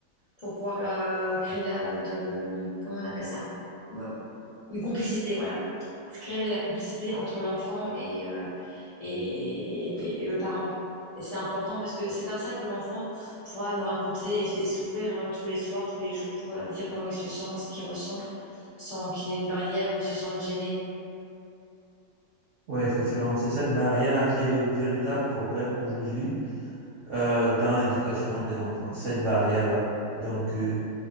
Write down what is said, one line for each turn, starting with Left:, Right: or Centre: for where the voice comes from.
Left: pour pouvoir euh, créer la, de le, comment on appelle ça? Ouais, Une complicité, voilà. Se créer de la complicité entre l'enfant et, euh, et, et le parent. Et c'est important parce que c'est comme ça que l'enfant pourra nous raconter et, et s'ouvrir euh, tous les soirs, tous les jours, pour dire comment il se sent, ce qu'il ressent, sans qu'il ait une barrière ou il se sente gêné.
Right: Oui, effectivement, c'est cette barrière-là qui est le véritable problème aujourd'hui euh, dans l'éducation des enfants, cette barrière-là. Donc, euh,